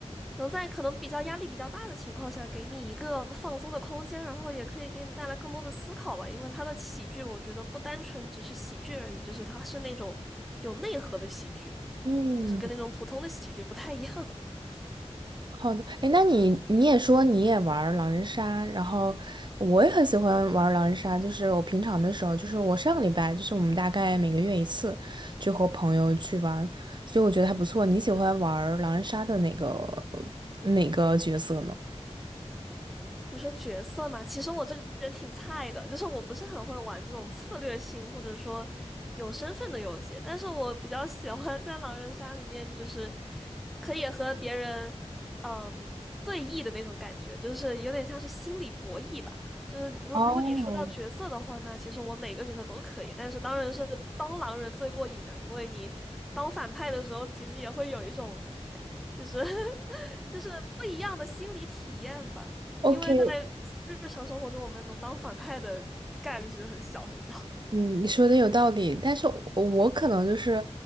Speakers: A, in the centre; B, on the right (about 45°).
A: 能在可能比较压力比较大的情况下，给你一个放松的空间，然后也可以给你带来更多的思考吧。因为他的喜剧，我觉得不单纯只是喜剧而已，就是他是那种有内核的喜剧，
B: 嗯，
A: 就是跟那种普通的喜剧不太一样。
B: 好的。哎，那你你也说你也玩儿狼人杀，然后我也很喜欢玩儿狼人杀，就是我平常的时候，就是我上个礼拜，就是我们大概每个月一次，就和朋友去玩，所以我觉得还不错。你喜欢玩儿狼人杀的哪个呃哪个角色呢？
A: <laughs> 你说角色嘛，其实我这个人挺菜的，就是我不是很会玩这种策略性或者说有身份的游戏，但是我比较喜欢在狼人杀里面就是。可以和别人，嗯，对弈的那种感觉，就是有点像是心理博弈吧。就是你如如果你说到角色的话那其实我哪个角色都可以，
B: 哦
A: 但是当然是当狼人最过瘾啊，因为你当反派的时候，其实也会有一种就是 <laughs> 就是不一样的心理体验吧。
B: ，OK，
A: 因为在日常生活中，我们能当反派的概率其实很小很小。
B: 嗯，你说的有道理，但是我我可能就是，